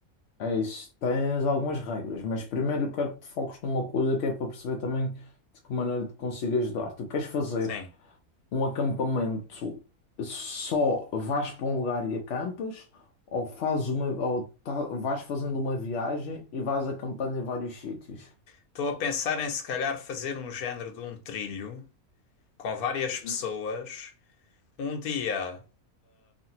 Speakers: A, on the left (about 60°); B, on the left (about 80°).
A: É isso, tens algumas regras, mas primeiro eu quero que te foques numa coisa que é para perceber também de que maneira te consigo ajudar. Tu queres fazer
B: Sim.
A: um acampamento só vais para um lugar e acampas, ou fazes uma, ou tá- vais fazendo uma viagem e vais acampando em vários sítios?
B: Estou a pensar em se calhar fazer um género de um trilho com várias pessoas.
A: Hum,
B: Um dia